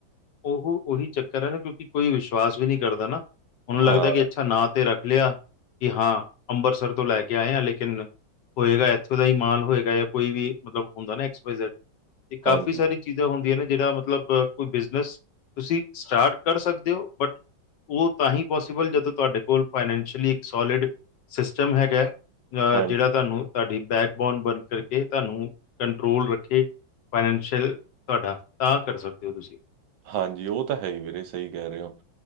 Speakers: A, on the left; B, on the right.
A: ਓਹੋ ਉਹੀ ਚੱਕਰ ਹੈ ਨਾ ਕਿਉਂਕਿ ਕੋਈ ਵਿਸ਼ਵਾਸ ਵੀ ਨਹੀਂ ਕਰਦਾ ਨਾ ਓਨੂੰ ਲੱਗਦਾ
B: ਹਾਂ
A: ਕਿ ਅੱਛਾ ਨਾਂ ਤੇ ਰੱਖ ਲਯਾ ਕਿ ਹਾਂ ਅੰਮਬਰਿਸਰ ਤੋਂ ਲੈ ਕੇ ਆਏ ਆ ਲੇਕਿਨ ਹੋਏਗਾ ਇੱਥੋਂ ਦਾ ਈ ਮਾਲ ਹੋਏਗਾ ਯਾ ਕੋਈ ਵੀ ਮਤਲਬ ਹੁੰਦਾ ਨਾ <unintelligible> ਤੇ ਕਾਫੀ
B: ਹਾਂਜੀ
A: ਸਾਰੀ ਚੀਜ਼ਾਂ ਹੁੰਦੀਆਂ ਨੇ ਜੇੜਾ ਮਤਲਬ ਕੋਈ ਬਿਜ ਬਿਜ਼ਨਸ ਤੁਸੀਂ ਸਟਾਰਟ ਕਰ ਸਕਦੇ ਔ ਬਟ ਉਹ ਤਾਂ ਹੀ ਪੋਸੀਬਲ ਜਦੋਂ ਤੁਵਾਡੇ ਕੋਲ ਫਾਈਨੈਂਸ਼ੀਅਲੀ ਇੱਕ ਸੋਲਿਡ ਸ਼ਿਸ਼ਟਮ ਹੈਗਾ, ਅਹ
B: ਹਾਂ
A: ਜੇੜਾ ਤੁਵਾਨੂੰ ਤੁਵਾਡੀ ਬੈਕਬੋਨ ਬਣ ਕਰਕੇ ਤੁਵਾਨੂੰ ਕੰਟਰੋਲ ਰੱਖੇ ਫਾਈਨੈਂਸ਼ੀਅਲ ਤੁਵਾਡਾ ਤਾਂ ਕਰ ਸਕਦੇ ਔ ਤੁਸੀਂ।
B: ਹਾਂਜੀ ਉਹ ਤਾਂ ਹੈ ਈ ਵੀਰੇ ਸਹੀ ਕਹਿ ਰਹੇ ਹੋ।